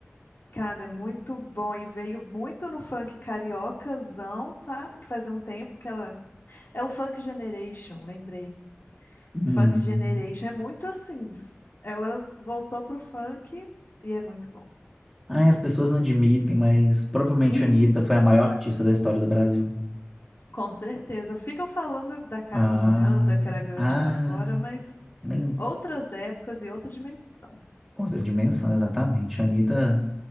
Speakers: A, on the left; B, in the centre.
A: cara, é muito bom. E veio muito no funk cariocazão, sabe? Que fazia um tempo que ela. É o Funk Generation, lembrei.
B: Hum.
A: Funk Generation é muito assim. Ela voltou pro funk e é muito bom.
B: Ai, as pessoas não admitem, mas provavelmente
A: <laughs>
B: a Anitta foi a maior artista da história do Brasil.
A: Com certeza. Ficam falando da Carmen
B: Ah,
A: Miranda, que era grande
B: ah,
A: lá fora, mas
B: nem
A: outras épocas e outra dimensão.
B: outra dimensão, exatamente. A Anitta,